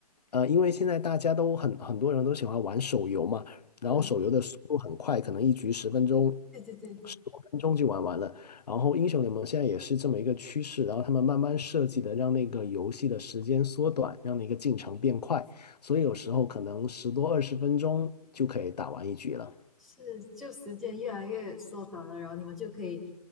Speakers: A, on the left; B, in the centre.
A: 呃，因为现在大家都很很多人都喜欢玩手游嘛，然后手游的速度很快，
B: 对
A: 可能一局十分钟、
B: 对对对，
A: 十多分钟就玩完了。然后英雄联盟现在也是这么一个趋势，然后他们慢慢设计的让那个游戏的时间缩短，让那个进程变快，所以有时候可能十多二十分钟就可以打完一局了。
B: 是就时间越来越缩短了，然后你们就可以